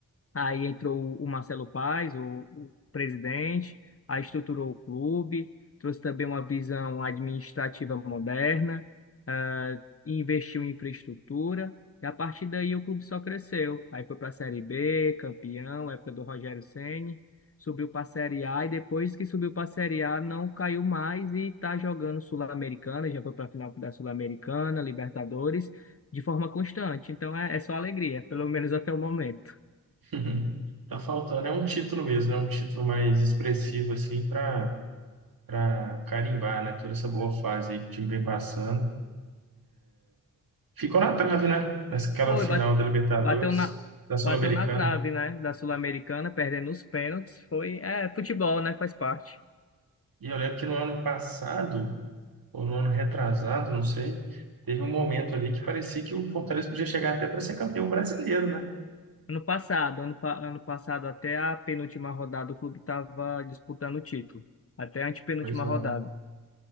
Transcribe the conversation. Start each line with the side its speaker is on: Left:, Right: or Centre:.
Left: Aí entrou o o Marcelo Paes, o, o presidente, aí estruturou o clube, trouxe também uma visão administrativa moderna, ah, e investiu em infraestrutura, e a partir daí o clube só cresceu. Aí foi para a Série B, campeão, época do Rogério Ceni, subiu para a Série A, e depois que subiu para a Série A não caiu mais e está jogando Sul-Americana, já foi para a final da Sul-Americana, Libertadores, de forma constante. Então é, é só alegria, pelo menos até o momento.
Right: Uhum. <laughs> Tá faltando, é um título mesmo, é um título mais expressivo, assim, para para carimbar, né? Toda essa boa fase aí que o time vem passando. Ficou na trave, né? Naquela
Left: Foi,
Right: final
Left: ba-
Right: da Libertadores,
Left: bateu na,
Right: da Sul-Americana.
Left: bateu na trave, né, da Sul-Americana, perdendo os pênaltis. Foi, é, futebol, né, faz parte.
Right: E eu lembro que no ano passado, ou no ano retrasado, não sei, teve um momento ali que parecia que o Fortaleza podia chegar até para ser campeão brasileiro, né?
Left: Ano passado, ano, pa- ano passado até a penúltima rodada o clube estava disputando o título, até a antepenúltima
Right: Pois é.
Left: rodada.